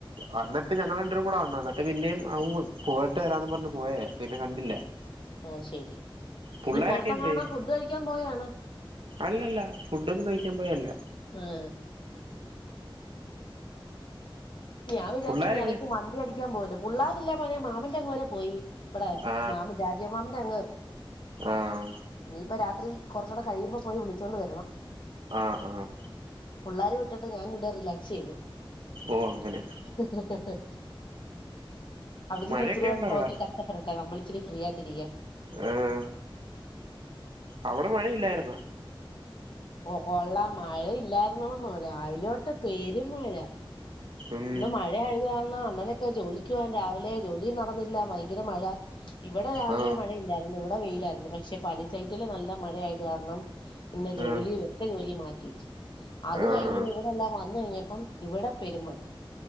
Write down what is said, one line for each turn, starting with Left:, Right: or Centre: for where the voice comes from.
Right: വന്നട്ട് ഞങ്ങൾ രണ്ടരും കൂടെ വന്ന വന്നിട്ട് പിന്നെയും അവ പോയിട്ട് വരാന്ന് പറഞ്ഞു പോയേ പിന്നെ കണ്ടില്ല.
Left: ആഹ ശെരി
Right: പുള്ളാരൊക്കെ
Left: നീ പുറത്ത് എങ്ങനും
Right: എന്തേ
Left: ഫുഡ് കഴിക്കാൻ പോയണോ
Right: അല്ലല്ല ഫുഡ് ഒന്നും കഴിക്കാൻ പോയല്ല.
Left: ആഹ് ഞാൻ വിചാചു
Right: പുള്ളാരൊക്കെ
Left: ഇടക്ക് മന്തി അടിക്കാൻ പോലും പിള്ളാരില്ല മോനെ മാമന്റെ വരെ പോയി. ഇവിടെ
Right: ആ
Left: മാമന് രാജ്യ മാമിന്റെ അങ്ങ്.
Right: ആഹ്.
Left: ഇനിയിപ്പ രാത്രി കുറച്ചൂടെ കഴിയുമ്പോ പോയി വിളിച്ചോണ്ട് വരണം.
Right: ആഹ ആഹ്
Left: പിള്ളോരെ വിട്ടിട്ട് ഞാന് ഇവിടെ റിലാക്സ് ചെയ്യുന്നു.
Right: ഓ അങ്ങനെ
Left: ഹ് ഹ്‌ ഹ്‌ അവര്നി
Right: മഴയൊക്കെ
Left: ഇച്ചി നേരെ
Right: ഉണ്ടോ
Left: നോക്കി
Right: അവിടെ
Left: ക ഇഷടപ്പെട്ടെ ക ഇച്ചിരി ഫ്രീ ആയിട്ടിരിക്ക.
Right: ആഹ് അവിടെ മഴയില്ലായിരുന്നോ.
Left: കൊള്ളാ മഴ ഇല്ലായിരുന്നോന്നു രാവിലെതോട്ട് പേരും മഴ
Right: ഉം
Left: ഇന്ന് മഴ ആയത് കാരണം അണ്ണനൊക്കെ ജോലിക്കുവാൻ രാവിലെ ജോലിയും നടന്നില്ല ഭയങ്കര മഴ. ഇവിടെ രാവിലെ
Right: ആ
Left: മഴയില്ലായിരുന്നു ഇവിടെ വെയിലായിരുന്നു പക്ഷെ പണിസൈറ്റില് നല്ല മഴയത് കാരണം. പിന്നെ ജോലി
Right: ആ
Left: വെച്ച ജോലി മാറ്റി വെച്ചു. അത്
Right: ആ
Left: കഴിഞ്ഞ്
Right: ആ
Left: ഇവിടെല്ലാം വന്ന് കഴിഞ്ഞപ്പം ഇവിടെ പെരും മഴ.